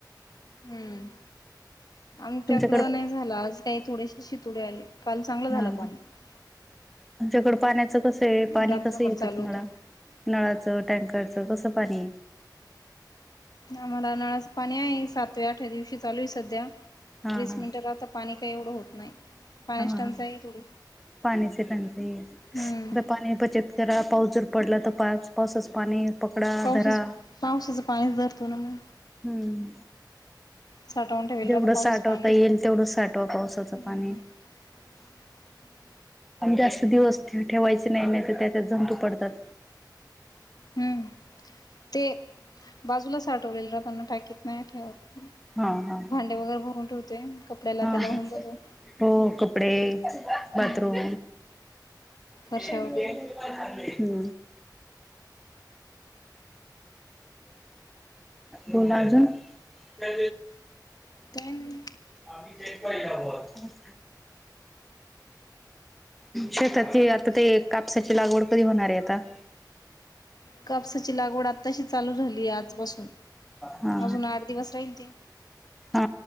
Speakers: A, on the left; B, in the centre.
A: हम्म आमच्याकडं
B: तुमच्याकड
A: नाही झाला आज काही थोडेसे शितोडे आले काल चांगलं झालं
B: हा
A: पाणी
B: तुमच्याकड पाण्याच कस पाणी
A: रात्रभर
B: कसं येतं
A: चालू
B: तुम्हाला
A: होतं
B: नळाचं टँकर खर्च कसं पाणी
A: आम्हाला नळाचं पाणी आहे सातव्या आठव्या दिवशी चालू आहे सध्या
B: हा
A: वीस
B: हा
A: मिनिट आता पाणी का एवढं होत नाही पाण्याची
B: हा
A: टंचाई
B: हा
A: आहे थोडी
B: पाणी स बनता
A: हम्म
B: पा बचत जरा पाऊस जर पडला तर पास पावसच पाणी पकडा
A: पावसाच
B: धरा
A: पावसाचं पाणीच धरतो ना मग.
B: हम्म
A: साठवून ठेवेल
B: जेवढं
A: राहतं पावसाच
B: साठवता
A: पाणी
B: येईल तेवढंच साठवा पावसाचं
A: हम्म
B: पाणी
A: <unintelligible>
B: आम जास्त दिवस ठेवायचे नाही नाही तर त्याच्यात जतू पडतात
A: हम्म ते बाजूला साठवलेल र त्यांना टाकीत नाही ठेवत
B: हा हा
A: भांडे वगैरे भरून ठेवते कपड्याला
B: हा
A: त्याला
B: हा
A: होऊन जातो
B: हो कपडे बाथरूम
A: हम्म फरशा
B: हम
A: वगैरे.
B: दोनाज आ
A: काय नाही
B: <inaudible> शेताची आता ते कापसाची लागवड कधी होणार आहे आता <unintelligible>
A: कापसाची लागवड आताशी चालू झाली आजपसून
B: हा
A: अजून आठ दिवस राहील ते
B: हा